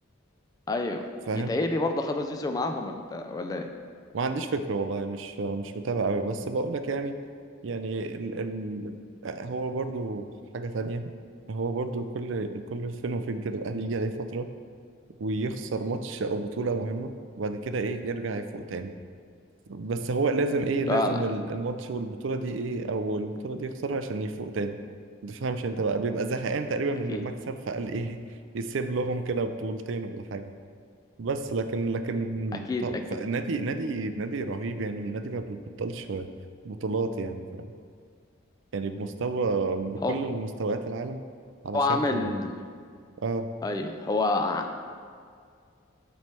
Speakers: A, on the left; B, on the right.
A: ايوه
B: فاهم
A: يتهيألي برضه خدوا زيزو معاهم ولا ولا ايه
B: ما عنديش فكرة والله مش مش متابع قوي بس بقول لك يعني يعني ال ال هو برضو حاجة تانية هو برضو كل كل فين وفين كده الأهلي يجي عليه فترة ويخسر ماتش أو بطولة مهمة وبعد كده إيه يرجع يفوق تاني بس هو لازم إيه لازم
A: فعلا
B: ال- الماتش والبطولة دي إيه أو البطولة دي يخسرها عشان يفوق تاني متفهمش أنت بقى بيبقى زهقان تقريبا من
A: اكيد
B: المكسب فقال إيه يسيب لهم كده بطولتين ولا حاجة بس لكن لكن
A: اكيد
B: طب
A: اكيد
B: ف- نادي نادي نادي رهيب يعني من نادي ما بيبطلش بطولات يعني فاهم يعني بمستوى بكل
A: هو
B: المستويات العالم على
A: هو
B: شكل
A: عامل
B: اه
A: ايوه هو ع-